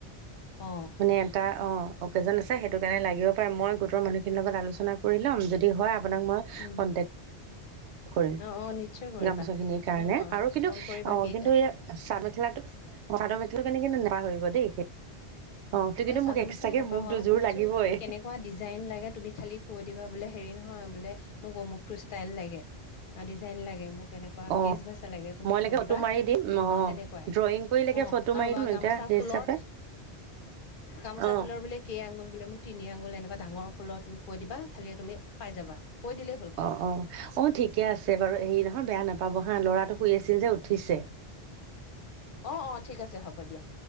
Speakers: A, on the left; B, on the right.
A: অ
B: মানে এটা অ', অ'কেজন সেইটো কাৰণে লাগিব হয় মই গোটৰ মানুহখিনিৰ লগত আলোচনা কৰি ল'ম যদি হয় আপোনাক মই কণ্টেক্ট
A: উম
B: কৰিম। কৰিম
A: অ অ নিশ্চয় কৰিবা
B: গামোছা খিনিৰ কাৰণে
A: মোক
B: আৰু কিন্তু
A: ফোন কৰিবা
B: অ'
A: কি
B: কিন্তু এই চাদ মেখেলাটোক চাদৰ মেখেলাটো কেনে কিন্তু নাপাহৰিব দেই। অ সেইটো
A: মানে
B: কিন্তু
A: চাদৰ
B: মোক এক্সট্ৰাকে
A: মেখালা নাপাহৰো
B: মোক দুযোৰ
A: আৰু শুনা
B: লাগিবই
A: চোন কেনেকোৱা ডিজাইন লাগে তুমি খালি কৈ দিবা বোলে হেৰি নহয় বোলে মোক অমুকটো ষ্টাইল লাগে ডিজাইন লাগে মোক এনে বা
B: অ
A: কেচ বচা লাগে তুমি
B: মই লেকে
A: কৈ
B: ফটো
A: দিবা
B: মাৰি দিম
A: অ' তেনেকুৱাই
B: ড্ৰয়িং কৰিলেকে
A: অ'
B: ফটো মাৰি
A: আৰু বা'
B: দিম এতিয়া
A: গামোচা
B: সেই
A: ফুলৰ
B: হিচাপে
A: গামোচা
B: অ
A: ফুলৰ বোলে কেই আংঙুল বোলে মোক তিনি আঙুল এনেকুৱা ডাঙৰ ফুলৰশলি তুমি এই পাই যাবা কৈ দিলে হ'ল খালি
B: অ'‌অ' অ' ঠিকে আছে বাৰু হেৰি নহয় বেয়া নাপাব হা ল'ৰাটো শুই আছিল যে উঠিছে।
A: অ' অ' ঠিক আছে হ'ব দিয়া।